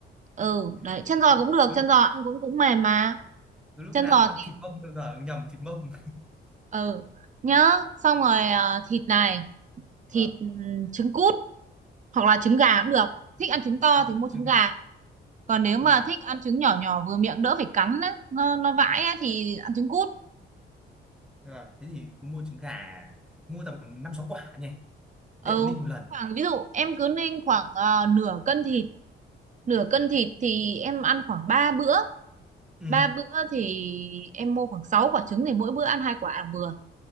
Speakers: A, on the right; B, in the centre.
A: ừ
B: Ừ.
A: đấy chân giò
B: <laughs>
A: cũng được
B: cứ
A: chân
B: lúc
A: giò ăn cũng cũng mềm mà
B: cứ lúc
A: chân
B: nào
A: giò
B: ăn
A: thì
B: thịt mông bao giờ nhầm thịt mông
A: ừ nhớ xong rồi ờ, thịt này thịt
B: <laughs> vâng
A: ừm, trứng cút hoặc là trứng gà cũng được thích ăn trứng to
B: trứng
A: thì
B: cút
A: mua trứng
B: trứng
A: gà
B: gà
A: còn nếu
B: thôi
A: mà
B: làm
A: thích ăn trứng nhỏ nhỏ vừa miệng đỡ phải cắn á, nó nó vãi
B: vâng
A: á, thì ăn trứng cút
B: vâng thế thì cứ mua trứng gà mua tầm năm sáu quả nhỉ
A: ừ
B: tiện ninh một lần
A: khoảng ví dụ em cứ nên khoảng ờ, nửa cân thịt nửa cân thịt thì em ăn khoảng 3 bữa
B: ừ
A: ba bữa thì em mua khoảng 6 quả trứng thì mỗi bữa ăn hai quả là vừa